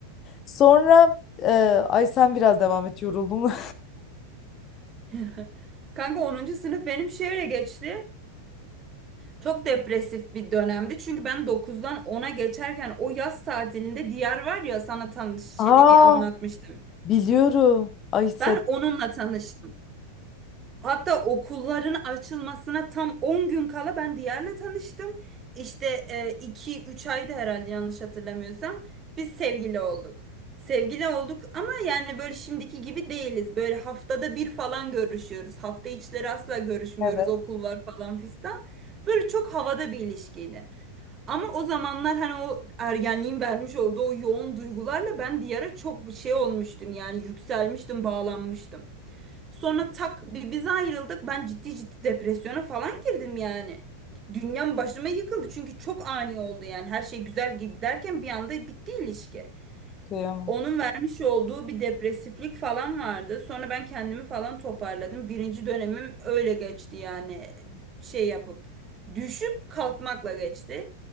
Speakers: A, on the left (about 30°); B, on the right (about 25°).
A: Sonra e, ay sen biraz devam et yoruldum.
B: <laughs> Kanka 10. sınıf benim şöyle geçti. Çok depresif bir dönemdi. Çünkü ben dokuzdan ona geçerken o yaz tatilinde Diyar var ya sana tanış
A: <laughs>
B: şey
A: Aa
B: anlatmıştım.
A: biliyorum. Ay sen
B: Ben onunla tanıştım. Hatta okulların açılmasına tam 10 gün kala ben Diyar'la tanıştım. İşte 2-3 ayda herhalde yanlış hatırlamıyorsam biz sevgili olduk. Sevgili olduk ama yani böyle şimdiki gibi değiliz. Böyle haftada bir falan görüşüyoruz. Hafta içleri asla görüşmüyoruz.
A: evet
B: Okul var falan fistan. Böyle çok havada bir ilişkiydi. Ama o zamanlar hani o ergenliğin vermiş olduğu o yoğun duygularla ben Diyar'a çok bir şey olmuştum. Yani yükselmiştim, bağlanmıştım. Sonra tak bi- biz ayrıldık. Ben ciddi ciddi depresyona falan girdim yani. Dünyam başıma yıkıldı çünkü çok ani oldu yani. Her şey güzel giderken bir anda bitti ilişki.
A: kıyamam.
B: Onun vermiş olduğu bir depresiflik falan vardı. Sonra ben kendimi falan toparladım. Birinci dönemim öyle geçti yani şey yapıp düşüp kalkmakla geçti.